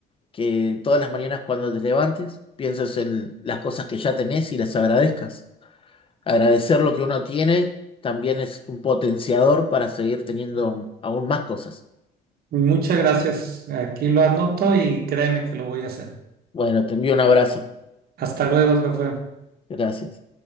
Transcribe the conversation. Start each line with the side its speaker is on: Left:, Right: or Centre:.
Left: que todas las mañanas cuando te levantes pienses en las cosas que ya tenés y las agradezcas. Agradecer lo que uno tiene también es un potenciador para seguir teniendo aún más cosas.
Right: Muchas gracias. Aquí lo anoto y créeme que lo voy a hacer.
Left: Bueno, te envío un abrazo.
Right: Hasta luego, Rafael.
Left: Gracias.